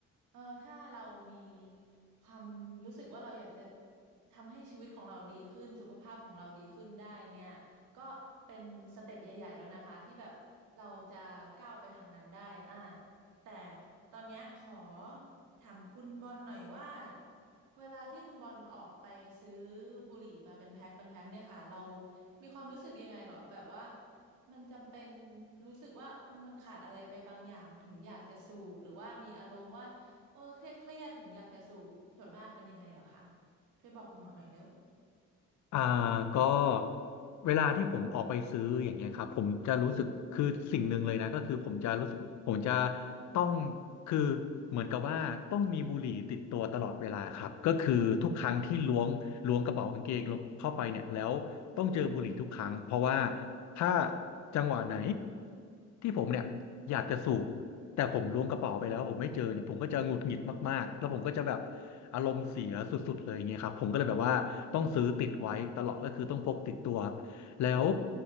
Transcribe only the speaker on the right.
เออถ้าเรามีความรู้สึกว่าเราอยากจะทำให้ชีวิตของเราดีขึ้นสุขภาพของเราดีขึ้นได้เนี่ยก็เป็นสเต็ปใหญ่ๆแล้วนะคะที่แบบเราจะก้าวไปทางนั้นได้อ่าแต่ตอนเนี้ยขอถามคุณบอลหน่อยว่าเวลาที่คุณบอลออกไปซื้อบุหรี่มาเป็นแพ็คเป็นแพ็คเนี่ยค่ะเรามีความรู้สึกยังไงหรอแบบว่า มันจำเป็นรู้สึกว่าเอิ่มมันขาดอะไรไปบางอย่างถึงอยากจะสูบหรือว่ามีอารมณ์ว่าเออเครียดเครียดถึงอยากจะสูบส่วนมากเป็นยังไงเหรอคะช่วยบอกคุณหมอหน่อยเร็ว